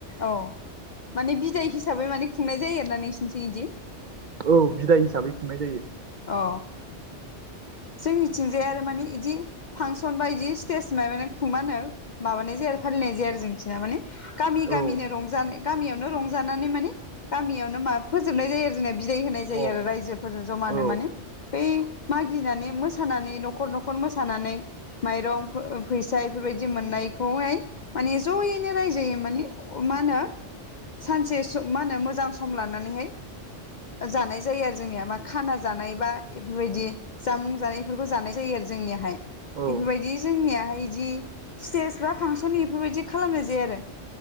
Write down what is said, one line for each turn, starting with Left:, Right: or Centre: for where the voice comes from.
Left: औ माने बिदाय हिसाबै माने खुंनाय जायो आरोना नोंसिनिथिं बिदि?
Right: औ बिदाय हिसाबै खुंनाय जायो।
Left: अ जोंनिथिंजाय आरो माने बिदि फांसन बा बिदि स्टेज मायबा खुंनाय माबानाय जाया आरो फालिनाय जाया आरो जोंनिथिं माने। गामि
Right: औ
Left: गामिनो रंजानाय गामियावनो रंजानानै माने गामियावनो मा फोजोबनाय जायो आरो जोंनिया बिदाय होनाय जायो
Right: अ
Left: आरो रायजोफोरजों जमानो
Right: औ
Left: बै मागिनानै मोसानानै नखर नखर मोसानानै माइरं फैसा बेफोरबायदि मोननायखौहाय माने जयैनो रायजायै माने मा होनो सानसे मा होनो मोजां सम लानानैहाय जानाय जायो आरो जोंनिया मा खाना जानाय बा बेफोरबायदि जामुं जानायफोरखौ जानाय जायो आरो। जोंनियाहाय
Right: औ
Left: बेफोरबायदि जोंनिया बिदि स्टेज बा फांसन बेफोरबायदि खालामनाय जाया आरो।